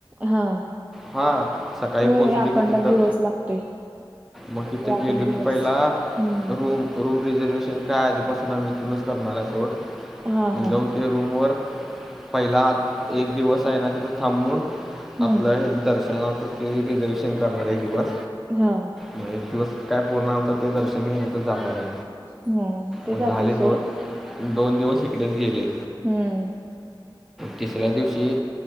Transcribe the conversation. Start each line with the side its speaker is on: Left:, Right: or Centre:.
Right: हा
Centre: हा सकाळी
Right: होय
Centre: पोहोचलो
Right: अखंड
Centre: की तिथं
Right: दिवस लागतोय
Centre: मग तिथं
Right: रात्र
Centre: गेलो
Right: दिवस
Centre: की पहिला
Right: हम्म
Centre: रूम रूम रिझर्वेशन काय आधीपासून आम्ही इथूनच करणार हाय सोड
Right: हा
Centre: म
Right: हा
Centre: जाऊन रूमवर पहिला एक दिवस आहे ना तिथं थांबून
Right: हम्म
Centre: आपलं हे दर्शनाच तेन रिझर्वेशन करणार एक दिवस.
Right: हा,
Centre: मग एक दिवस काय पूर्ण आमचा ते दर्शन घेण्याच जाणार आहे.
Right: हम, ते
Centre: मग
Right: जातय
Centre: झाले दोन
Right: सोड.
Centre: दोन दिवस इकडेच गेले.
Right: हम्म.
Centre: तिसऱ्या दिवशी